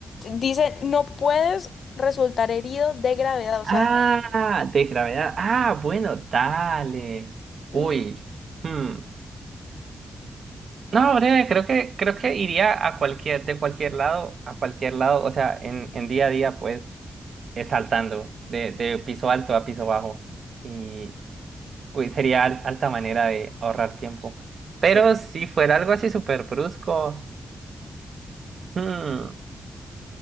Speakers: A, on the left; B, on the right.
A: Dice, no puedes resultar herido de gravedad, o
B: Ah,
A: sea,
B: de gravedad. Ah, bueno, dale.
A: mm,
B: Uy. hmm. No, breve, creo que, creo que iría a cualquier, de cualquier lado, a cualquier lado, o sea, en, en día a día, pues, eh, saltando de, de piso alto a piso bajo. y Uy, sería al- alta manera de ahorrar tiempo. Pero
A: sí.
B: si fuera algo así súper brusco, hmm,